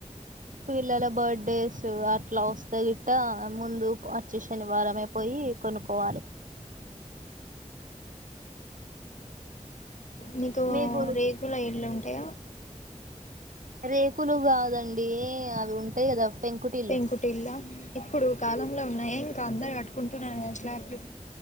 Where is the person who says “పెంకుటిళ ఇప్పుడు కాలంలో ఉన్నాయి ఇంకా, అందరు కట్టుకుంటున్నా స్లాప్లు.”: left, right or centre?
Left